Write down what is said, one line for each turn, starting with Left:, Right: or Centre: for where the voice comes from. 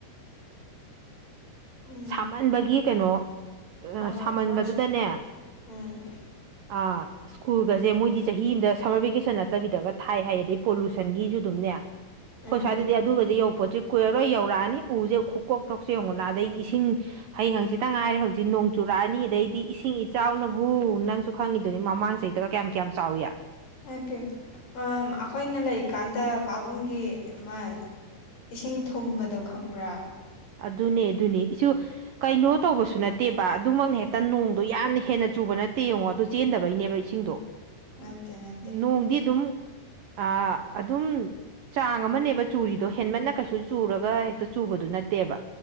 Left: <inaudible> ꯎꯝ
Right: ꯁꯥꯃꯟꯕꯒꯤ ꯀꯩꯅꯣ
Left: ꯍꯣꯏ ꯍꯣꯏ
Right: ꯁꯥꯃꯟꯕꯗꯨꯗꯅꯦ
Left: ꯃꯣꯠꯁꯨ ꯎꯝ
Right: ꯑ ꯁ꯭ꯀꯨꯜꯒꯁꯦ ꯃꯣꯏꯗꯤ ꯆꯍꯤ ꯑꯃꯗ ꯁꯝꯃꯔ ꯚꯦꯀꯦꯁꯟ ꯅꯠꯇꯕꯤꯗꯒ ꯊꯥꯏ ꯍꯥꯏ ꯑꯗꯩ ꯄꯣꯂꯨꯁꯟꯒꯤꯁꯨ ꯑꯗꯨꯝꯅꯦ
Left: ꯎꯝ
Right: ꯍꯣꯏ ꯁ꯭ꯋꯥꯏꯗꯗꯤ ꯑꯗꯨꯒꯗꯤ ꯌꯧ ꯄꯣꯠꯁꯤ ꯀꯨꯏꯔꯣꯏ ꯌꯧꯔꯛꯑꯅꯤ ꯎꯁꯦ ꯈꯨꯛ ꯀꯣꯛ ꯊꯧꯁ ꯌꯦꯡꯉꯨꯅ ꯑꯗꯒꯤ ꯏꯁꯤꯡ ꯍꯩ ꯍꯪꯁꯤꯇ ꯉꯥꯏꯔꯦ ꯍꯧꯖꯤꯛ ꯅꯣꯡ ꯆꯨꯔꯛꯑꯅꯤ ꯑꯗꯩꯗꯤ ꯏꯁꯤꯡ ꯏꯪ ꯏꯆꯥꯎꯅꯕꯨ ꯅꯪꯁꯨ ꯈꯪꯉꯤꯗꯨꯣꯏꯅꯦ ꯃꯃꯥꯡ ꯆꯍꯤꯩꯗꯒ ꯀꯌꯥꯝ ꯀꯌꯥꯝ ꯆꯥꯎꯏ
Left: ꯍꯥꯏ ꯄ ꯑꯩꯈꯣꯏꯅ ꯂꯩꯔꯤꯀꯥꯟꯗ ꯄꯥꯕꯨꯡꯒꯤ ꯑꯃ ꯏꯁꯤꯡ ꯊꯨꯝꯕꯗꯣ ꯈꯪꯕ꯭ꯔꯥ
Right: ꯑꯗꯨꯅꯦ ꯑꯗꯨꯅꯦ ꯏꯁꯨ ꯀꯩꯅꯣ ꯇꯧꯕꯁꯨ ꯅꯠꯇꯦꯕ ꯑꯗꯨꯃꯛꯅ ꯍꯦꯛꯇ ꯅꯣꯡꯗꯣ ꯌꯥꯝꯅ ꯍꯦꯟꯅ ꯆꯨꯕꯅꯤ ꯅꯠꯇꯦ ꯌꯦꯡꯉꯣ ꯑꯗꯨ ꯆꯦꯟꯗꯕꯩꯅꯦꯕ ꯏꯁꯤꯡꯗꯣ
Left: ꯅꯠꯇꯦ ꯅꯠꯇꯦ
Right: ꯅꯣꯡꯗꯤ ꯑꯗꯨꯝ ꯑ ꯑꯗꯨꯝ ꯆꯥꯡ ꯑꯃꯅꯦꯕ ꯆꯨꯔꯤꯗꯣ ꯍꯦꯟꯃꯠꯅ ꯀꯩꯁꯨ ꯆꯨꯔꯒ ꯍꯦꯛꯇ ꯆꯨꯕꯗꯨ ꯅꯠꯇꯦꯕ